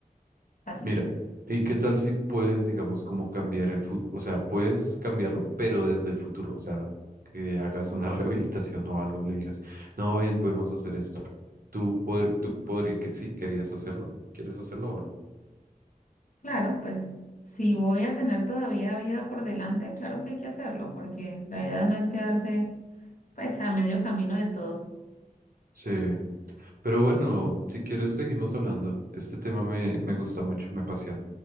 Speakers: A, on the left (about 60°); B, on the right (about 70°).
A: Fácil.
B: Mira, ¿y qué tal si puedes, digamos, como cambiar el futuro? O sea, puedes cambiarlo, pero desde el futuro. O sea, que hagas una <laughs> rehabilitación o algo, le digas, no, ven, podemos hacer esto. ¿Tú, poder, tú podrías que sí querías hacerlo? ¿Quieres hacerlo o no?
A: Claro, pues si voy a tener todavía vida por delante, claro que hay que hacerlo, porque la vida no es quedarse pues a medio camino de todo.
B: Sí. Pero bueno, si quieres seguimos hablando. Este tema me, me gusta mucho, me apasiona.